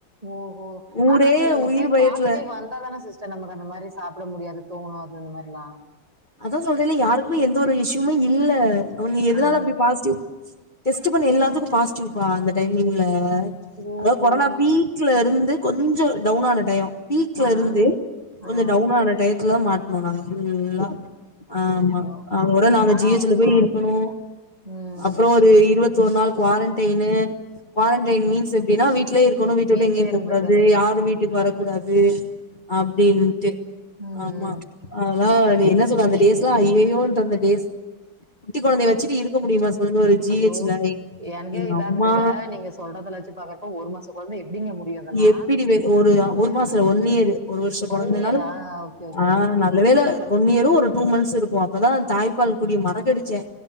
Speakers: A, on the right; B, on the left.
A: ஓஹோ
B: ஊரே
A: ஆனா அது நமக்கு
B: உயிர் பயத்துல
A: பாசிட் வந்தாதான சிஸ்டர் நமக்கு அந்த மா ரி சாப்பட முடியாது தோணு அது அந்த மாரிலா
B: அதா சொல்றேன்ல யாருக்குமே எந்த ஒரு இஷ்யுமே இல்ல அவுங்க எதனால
A: ஆ
B: அப்டி பாசிட்டிவ் டெஸ்ட் பண்ண எல்லாத்துக்கு பாசிட்டிவ்பா அந்த டைம் ல
A: ஓஹோ
B: அதா கொரோனா பீக்ல இருந்து கொஞ்சோ டவுன் ஆன டையோ பீக்ல
A: ஆ
B: இருந்து
A: ஆ
B: கொஞ்ச
A: ஆ
B: டவுன் ஆன டையத் <unintelligible> மாட்னோ நாங்க ஃபுல்லா ஆமா
A: ஐயோ
B: அதோட
A: ம்.
B: நாங்க
A: ஆனா
B: ஜி எச்
A: அப்போ
B: ல போய் இருக்கணு
A: ம்
B: அப்புறோ ஒரு இருவத் ஒரு நாள் குவாரன்டைனு குவாரன்டைன் மீன்ஸ் எப்டினா வீட் ட்லியே இருக்கணு வீட்ட விட்டு
A: வீட்லயே
B: எங்கயு
A: இருந்துக்கிறது
B: போ கூடாது யாரு வீட்டுக்கு வர கூடாது அப்டின்ட்டு
A: ம்
B: ஆமா அ <unintelligible> அது என்ன <unintelligible> அந்த டேஸ்லாம் அய்யயோ இன்ற அந்த டேஸ் குட்டி கொழந்தைய வெச்சிட்டு இருக்க முடியுமா சொல்லுங்க ஒரு ஜி
A: ஐயோ
B: ஹெச்ல
A: என்கே
B: எங்க
A: இதாகுதுங்க
B: அம்மா
A: நீங்க சொல்றதல வெச்சு பாக்குறப்ப ஒரு மாசோ கொழந்தை எப்டிங்க முடியு இதெல்லா?
B: எப்டி வே ஒரு ஒரு <unintelligible> கொழந்தைனாலு
A: ஒன் இயரா ஓகே ஓகே
B: ஆ நல்ல வேல ஒன் இயரு ஒரு ஒரு டூ மந்த்ஸ் இருக்கும் அப்பதா தாய்ப்பால் குடிய மறக்கடிச்ச